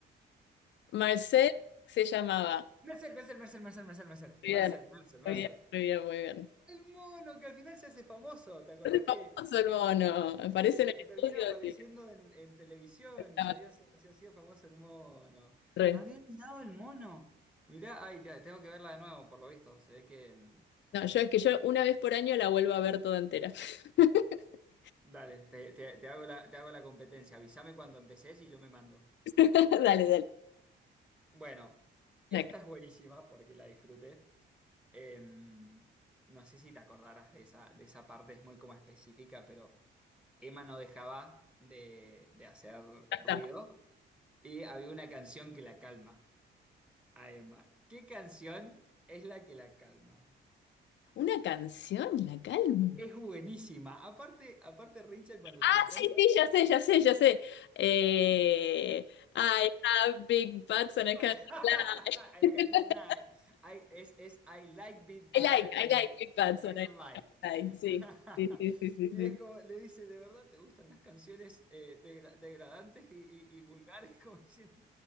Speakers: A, on the left; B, in the centre.
A: Marcel, se llamaba.
B: Marcel, Marcel, Marcel, Marcel, Marcel, Marcel,
A: Muy
B: Marcel,
A: bien,
B: Marcel, Marcel.
A: muy bien, muy bien, muy bien.
B: El mono que al final se hace famoso, ¿te acordás
A: Es famoso
B: que,
A: el mono. Aparece
B: que,
A: en el
B: que termina
A: estudio
B: apareciendo
A: y
B: en, en televisión
A: estaba
B: y se había, se hacía famoso el mono?
A: re.
B: Me había olvidado el mono. Mirá, ay, te- tengo que verla de nuevo, por lo visto. Se ve que... mm,
A: No, yo es que yo una vez por año la vuelvo a ver toda entera. <laughs>
B: Dale, te, te- te hago la, te hago la competencia. Avísame cuando empecés y yo me mando.
A: Dale, dale.
B: Bueno, esta
A: Acá
B: es buenísima porque la disfruté. Em, no sé si te acordarás de esa, de esa parte, es muy como específica, pero Emma no dejaba de, de hacer
A: está.
B: ruido y había una canción que la calma a Emma. ¿Qué canción es la que la calma?
A: Una canción, La Calma.
B: Es buenísima. Aparte, aparte Richard cuando
A: Ah,
B: se la canta,
A: sí, sí, ya sé, ya sé, ya sé. Eh, I have big butts and I
B: vale,
A: can't
B: <laughs>
A: lie.
B: I
A: <laughs>
B: can't deny. I- es, es I like beat, but
A: I like,
B: I can-
A: I like big butts
B: and I cannot
A: and I
B: lie.
A: can't lie.
B: <laughs>
A: Sí, sí, sí, sí, sí.
B: Y
A: Sí,
B: es como, le dice, ¿de verdad te gustan las canciones eh, degra- degradantes y, y- y vulgares? <laughs> Como diciendo.